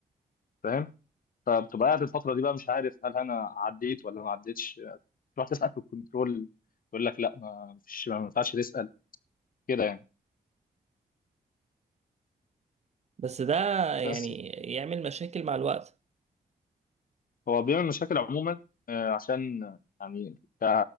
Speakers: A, on the left; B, on the right.
A: فاهم فبتبقى قاعد الفتره دي بقى مش عارف هل انا عديت ولا ما عديتش تروح تسال في الكنترول يقول لك لا ما فيش ما ينفعش تسال كده يعني
B: بس ده يعني
A: بس
B: يعمل مشاكل مع الوقت
A: هو بيعمل مشاكل عموما آه، عشان يعني ك-